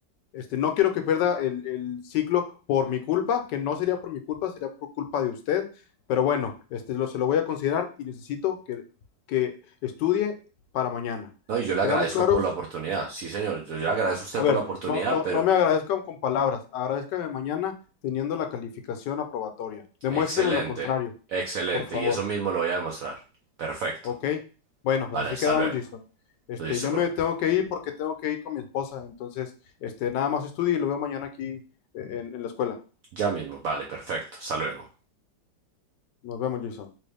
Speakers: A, on the left; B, on the right.
A: Este, no quiero que pierda el, el ciclo por mi culpa, que no sería por mi culpa, sería por culpa de usted. Pero bueno, este, lo, se lo voy a considerar y necesito que, que estudie para mañana.
B: No, y yo le
A: ¿Quedamos
B: agradezco
A: claros?
B: por la oportunidad. Sí, señor, yo, yo le agradezco a usted
A: A ver,
B: por la oportunidad,
A: no, no,
B: pero
A: no me
B: que...
A: agradezcan con palabras, agradezcanme mañana teniendo la calificación aprobatoria. Demuéstreme
B: Excelente,
A: lo contrario,
B: excelente.
A: por favor.
B: Y eso mismo lo voy a demostrar. Perfecto.
A: ¿Ok? Bueno, pues
B: Vale,
A: así
B: hasta
A: quedamos,
B: luego.
A: Jason. Este,
B: Listo,
A: yo
B: profe.
A: me tengo que ir porque tengo que ir con mi esposa, entonces, este, nada más estudie y lo veo mañana aquí eh, en, en la escuela.
B: Ya mismo, vale, perfecto. Hasta luego.
A: Nos vemos, Jason.